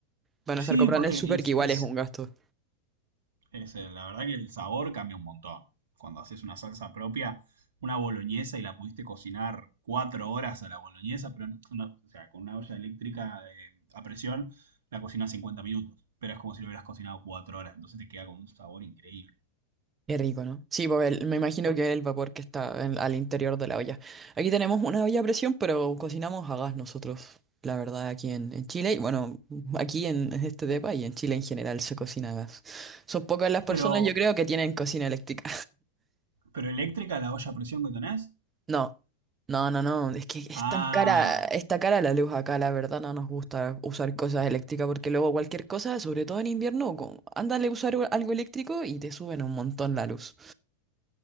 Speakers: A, on the right; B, on the right.
A: Para no
B: Sí,
A: estar comprando
B: porque
A: en el súper,
B: es,
A: que igual
B: es,
A: es un gasto.
B: es, eh, la verdad que el sabor cambia un montón. Cuando haces una salsa propia, una boloñesa y la pudiste cocinar cuatro horas a la boloñesa, pero no- o sea, con una olla eléctrica de- a presión, la cocinas 50 minutos. Pero es como si lo hubieras cocinado cuatro horas, entonces te queda con un sabor increíble.
A: Qué rico, ¿no? Sí, porque el- me imagino que el vapor que está en- al interior de la olla. Aquí tenemos una olla a presión, pero cocinamos a gas nosotros, la verdad, aquí en, en Chile. Y bueno, aquí en este depa y en Chile en general se cocina a gas. Son pocas las personas,
B: Pero,
A: yo creo, que tienen cocina eléctrica.
B: pero eléctrica, la olla a presión que tenés,
A: No, no, no, no, es que es
B: ah,
A: tan cara, está cara la luz acá, la verdad no nos gusta usar cosas eléctricas porque luego cualquier cosa, sobre todo en invierno, co- ándale a usar u- algo eléctrico y te suben un montón la luz.